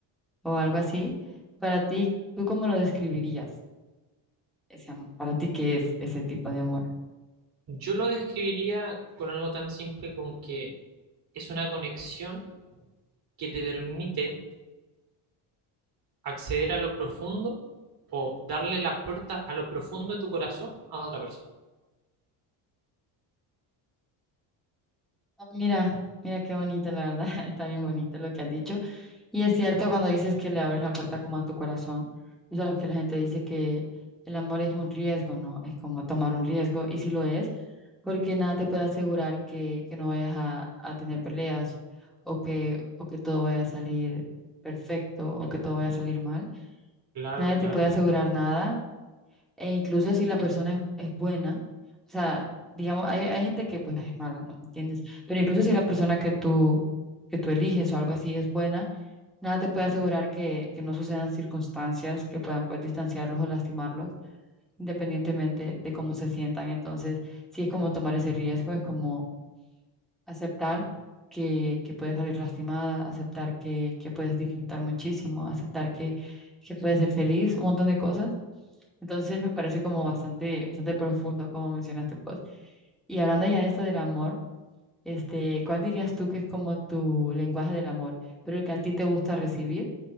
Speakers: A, in the centre; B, on the right.
A: o algo así, para ti, ¿tú cómo lo describirías? Ese, am- para ti, ¿qué es ese tipo de amor?
B: Yo lo describiría con algo tan simple con que es una conexión que te permite acceder a lo profundo o darle la puerta a lo profundo de tu corazón a otra persona.
A: Ah, Mira, mira qué bonito, la verdad, <laughs> está bien bonito lo que has dicho. Y es cierto cuando dices que le abres la puerta como a tu corazón. Tú sabes que la gente dice que el amor es un riesgo, ¿no? Es como tomar un riesgo, y sí lo es, porque nada te puede asegurar que, que no vayas a, a tener peleas o que, o que todo vaya a salir perfecto o que todo vaya a salir mal.
B: Claro,
A: Nadie
B: claro.
A: te puede asegurar nada, e incluso si la persona es, es buena, o sea, digamos, hay, hay gente que pues es mala, ¿no? ¿Me entiendes? Pero incluso si la persona que tú, que tú eliges o algo así es buena Nada te puede asegurar que, que no sucedan circunstancias que puedan pues distanciarlos o lastimarlos, independientemente de cómo se sientan. Entonces, sí es como tomar ese riesgo, es como aceptar que, que puedes salir lastimada, aceptar que, que puedes disfrutar muchísimo, aceptar que, que puedes ser feliz, un montón de cosas. Entonces, me parece como bastante, bastante profundo, como mencionaste, pues. Y hablando ya de esto del amor. Este, ¿cuál dirías tú que es como tu lenguaje del amor, pero el que a ti te gusta recibir?